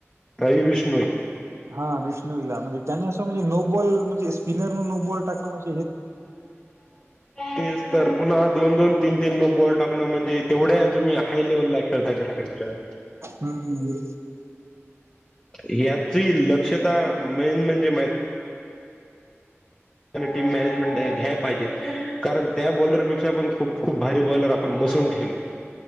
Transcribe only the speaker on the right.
हा विष्णला म्हण. त्यांना असं म्हणजे नो बॉल म्हणे स्पिनर नो बल टाकणज
हम्म.